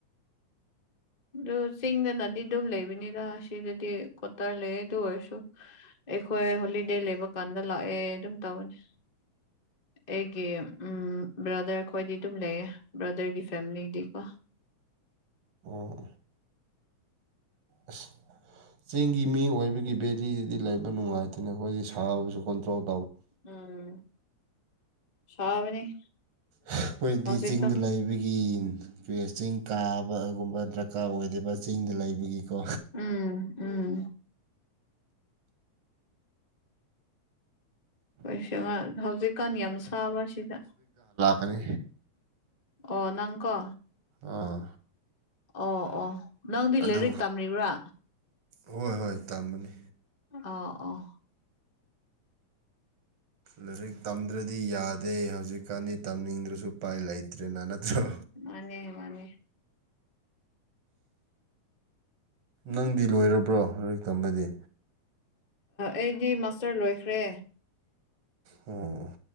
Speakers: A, on the left; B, on the right.
A: ꯑꯗꯨ ꯆꯤꯡꯗꯅꯗꯤ ꯑꯗꯨꯝ ꯂꯩꯕꯅꯤꯔ ꯁꯤꯗꯗꯤ ꯀꯣꯇꯔ ꯂꯩ ꯑꯗꯨ ꯑꯣꯏꯔꯁꯨ ꯑꯩꯈꯣꯏ ꯍꯣꯂꯤꯗꯦ ꯂꯩꯕ ꯀꯥꯟꯗ ꯂꯥꯛꯑꯦ ꯑꯗꯨꯝ ꯇꯧꯧꯕꯅꯤ ꯑꯩꯒꯤ ꯎꯝ ꯕ꯭ꯔꯥꯗꯔ ꯑꯩꯈꯣꯏꯗꯤ ꯑꯗꯨꯝ ꯂꯩꯌꯦ ꯕ꯭ꯔꯗꯔꯒꯤ ꯐꯦꯃꯤꯂꯤꯗꯤꯀꯣ
B: ꯑꯣ ꯑ ꯆꯤꯡꯒꯤ ꯃꯤ ꯑꯣꯏꯕꯒꯤ ꯕꯦꯂꯤꯗꯨꯗꯤ ꯂꯩꯕ ꯅꯨꯡꯉꯥꯏꯇꯅ ꯑꯩꯈꯣꯏꯗꯤ ꯁꯥꯕꯁꯨ ꯀꯣꯟꯇ꯭ꯔꯣꯜ ꯇ
A: ꯎꯝ ꯁꯥꯕꯅꯤ
B: ꯑꯩꯈꯣꯏꯗꯤ
A: ꯍꯧꯖꯤꯛꯀꯥꯟ
B: ꯆꯤꯡꯗ ꯂꯩꯕꯒꯤ ꯀꯦꯁ ꯆꯤꯡ ꯀꯥꯕꯒꯨꯝꯕ ꯗꯔꯀꯥꯔ ꯑꯣꯏꯗꯦꯕ ꯆꯤꯡꯗ ꯂꯩꯕꯒꯤꯀꯣ
A: ꯎꯝ ꯎꯝ ꯑꯩꯩꯁ ꯍꯧꯖꯤꯛꯀꯥꯟ ꯌꯥꯝ ꯁꯥꯕ ꯁꯤꯗ
B: ꯑꯅꯤ
A: ꯑꯣ ꯅꯪꯀꯣ
B: ꯑꯥ
A: ꯑꯣ ꯑꯣ ꯅꯪꯗꯤ
B: ꯑꯗꯨ
A: ꯂꯥꯏꯔꯤꯛ ꯇꯝꯂꯤꯕ꯭ꯔꯥ
B: ꯍꯣꯏ ꯍꯣꯏ ꯇꯥꯝꯕꯅꯤ
A: ꯑ ꯑꯣ
B: ꯂꯥꯏꯔꯤꯛ ꯇꯝꯗ꯭ꯔꯗꯤ ꯌꯥꯗꯦ ꯍꯧꯖꯤꯛꯀꯥꯟꯗꯤ ꯇꯝꯅꯤꯡꯗ꯭ꯔꯁꯨ ꯎꯄꯥꯏ ꯂꯩꯇ꯭ꯔꯦꯅ ꯅꯠꯇ꯭ꯔꯣ
A: ꯃꯥꯅꯦ ꯃꯥꯅꯦ
B: ꯅꯪꯗꯤ ꯂꯣꯏꯔꯕ꯭ꯔꯣ ꯂꯥꯏꯔꯤꯛ ꯇꯝꯕꯗꯤ
A: ꯑꯩꯗꯤ ꯃꯥꯁꯇꯔ ꯂꯣꯏꯈ꯭ꯔꯦ
B: ꯑꯣ